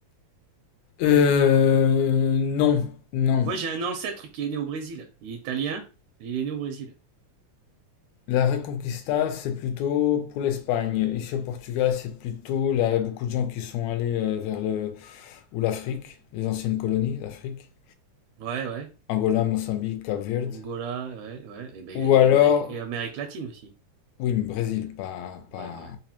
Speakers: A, on the left; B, on the right.
A: Euh, non, non.
B: Moi, j'ai un ancêtre qui est né au Brésil. Il est italien et il est né au Brésil.
A: La Reconquista, c'est plutôt pour l'Espagne. Ici au Portugal, c'est plutôt là, beaucoup de gens qui sont allés euh, vers le ou l'Afrique, les anciennes colonies d'Afrique,
B: Ouais, ouais.
A: Angola, Mozambique, Cap-Verde,
B: Angola, ouais, ouais. Et, ben,
A: ou
B: et
A: alors
B: l'Amérique, et Amérique latine aussi.
A: Oui, mais Brésil, pas,
B: Ouais,
A: pas,
B: ouais,